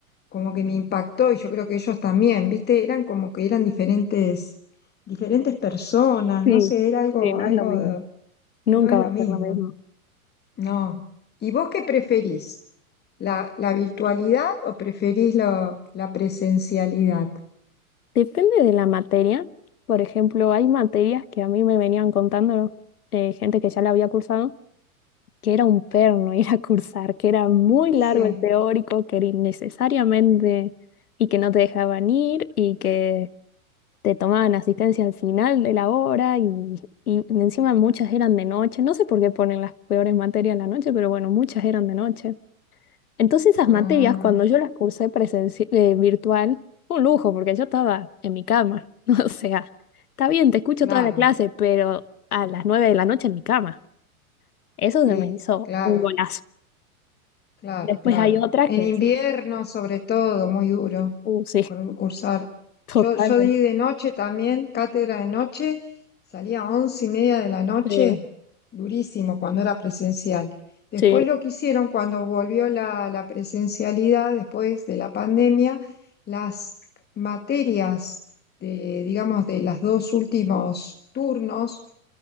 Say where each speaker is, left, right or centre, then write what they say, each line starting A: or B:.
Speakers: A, on the left; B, on the left.
A: como que me impactó y yo creo que ellos también, ¿viste? Eran como que eran diferentes, diferentes personas,
B: Sí,
A: no sé, era algo,
B: sí, no
A: algo,
B: es lo mismo.
A: de-
B: Nunca
A: no es
B: va
A: lo
B: a
A: mismo,
B: ser lo mismo.
A: no. ¿Y vos qué preferís? ¿La, la virtualidad o preferís lo- la presencialidad?
B: Depende de la materia. Por ejemplo, hay materias que a mí me venían contando eh, gente que ya la había cursado, que era un perno <laughs> ir a cursar, que era muy
A: Sí.
B: largo el teórico, que era innecesariamente y que no te dejaban ir y que te tomaban asistencia al final de la hora y, y encima muchas eran de noche. No sé por qué ponen las peores materias en la noche, pero bueno, muchas eran de noche. Entonces esas
A: Ah,
B: materias, cuando yo las cursé presenci- eh, virtual, fue un lujo porque yo estaba en mi cama. <laughs> O sea, está bien, te escucho
A: claro,
B: toda la clase, pero a las 9 de la noche en mi cama. Eso
A: sí,
B: se me hizo
A: claro.
B: un golazo.
A: Claro,
B: Después
A: claro.
B: hay otras
A: En
B: que
A: invierno,
B: sí,
A: sobre todo, muy duro
B: uh, sí,
A: cur- cursar.
B: <laughs> totalmente.
A: Yo, yo di de noche también, cátedra de noche, salía a once y media de la noche,
B: Sí,
A: durísimo cuando era presencial. Después
B: sí,
A: lo que hicieron cuando volvió la, la presencialidad, después de la pandemia, las materias de, digamos, de los dos últimos turnos